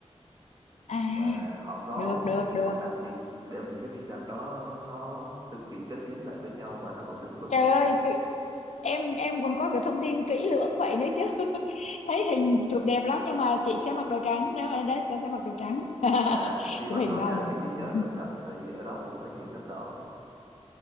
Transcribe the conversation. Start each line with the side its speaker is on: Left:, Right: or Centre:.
Left: à
Right: nhưng mà họ có
Left: được
Right: một
Left: được
Right: cái kỹ
Left: được
Right: thuật đặc biệt để mà những cái viên gạch đó nó cực kỳ kết dính lại với nhau và nó vẫn đứng vững
Left: Trời
Right: tới
Left: ơi,
Right: bây giờ.
Left: cái- em em còn có cái thông tin kỹ lưỡng vậy nữa chứ. <laughs> Thấy hình chụp đẹp lắm nhưng mà chị sẽ mặc đồ trắng nếu mà đấy tôi sẽ mặc đồ trắng. <laughs>
Right: Dạ, chị
Left: Chụp
Right: mặc
Left: hình
Right: đồ
Left: bao
Right: trắng
Left: đẹp.
Right: thì chị nhớ
Left: <laughs>
Right: cẩn thận tại vì ở đó cũng hơi nhiều đất đỏ,